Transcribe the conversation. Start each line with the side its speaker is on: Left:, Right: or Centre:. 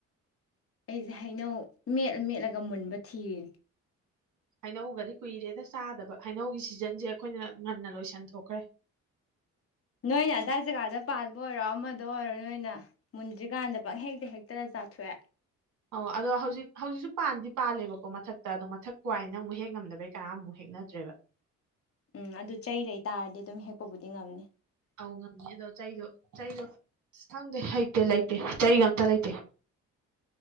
Left: ꯑꯩꯁꯦ ꯍꯩꯅꯧ ꯃꯦꯠꯂ ꯃꯦꯠꯂꯒ ꯃꯨꯟꯕ ꯊꯤꯔꯤꯅꯦ
Right: ꯍꯩꯅꯧꯒꯗꯤ ꯀꯨꯏꯔꯦꯗ ꯆꯥꯗꯕ ꯍꯩꯅꯧꯒꯤ ꯁꯤꯖꯟꯁꯦ ꯑꯩꯈꯣꯏꯅ ꯉꯟꯅ ꯂꯣꯏꯁꯟ ꯊꯣꯛꯈ꯭ꯔꯦ
Left: ꯅꯣꯏꯅ ꯑꯗꯥꯏ ꯖꯒꯥꯗ ꯄꯥꯟꯕ ꯑꯣꯏꯔꯣ ꯑꯃꯗ ꯑꯣꯏꯔꯣ ꯅꯣꯏꯅ ꯃꯨꯟꯗ꯭ꯔꯤꯀꯥꯟꯗ ꯄꯪ ꯍꯦꯛꯇ ꯍꯦꯛꯇꯅ ꯆꯥꯊꯣꯛꯑꯦ
Right: ꯑꯣ ꯑꯗꯣ ꯍꯧꯖꯤꯛ ꯍꯧꯖꯤꯛꯁꯨ ꯄꯥꯟꯗꯤ ꯄꯥꯜꯂꯦꯕꯀꯣ ꯃꯊꯛꯇ ꯑꯗꯣ ꯃꯊꯛ ꯋꯥꯏꯅ ꯑꯃꯨꯛ ꯍꯦꯛ ꯉꯝꯗꯕꯩ ꯀꯅꯥꯃꯨꯛ ꯍꯦꯛꯅꯗ꯭ꯔꯦꯕ
Left: ꯎꯝ ꯑꯗꯨ ꯆꯩ ꯂꯩ ꯇꯥꯔꯗꯤ ꯑꯗꯨꯝ ꯍꯦꯛꯄꯕꯨꯗꯤ ꯉꯝꯅꯤ
Right: ꯑꯧ ꯉꯥꯝꯅꯤꯑꯗꯣ ꯆꯩꯗꯣ ꯆꯩꯗꯣ ꯈꯪꯗꯦ ꯍꯩꯇꯦ ꯂꯩꯇꯦ ꯆꯩꯒ ꯑꯝꯇ ꯂꯩꯇꯦ